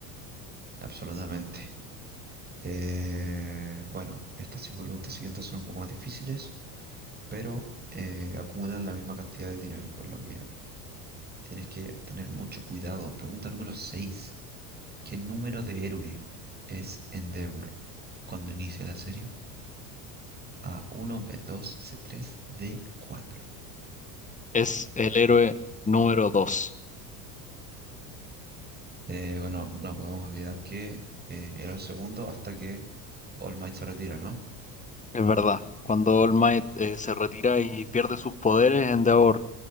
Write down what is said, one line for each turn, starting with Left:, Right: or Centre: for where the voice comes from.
Right: Absolutamente. Eh, bueno, estas cinco preguntas siguientes son un poco más difíciles, pero eh, acumulan la misma cantidad de dinero, por lo que tienes que tener mucho cuidado. Pregunta número 6: ¿Qué número de héroe es Endeavor cuando inicia la serie? a uno, b dos, c tres, d cuatro.
Left: Es el héroe número 2.
Right: Eh, bueno, no podemos olvidar que eh, era el segundo hasta que All Might se retira, ¿no?
Left: Es verdad, cuando All Might eh, se retira y pierde sus poderes, Endeavor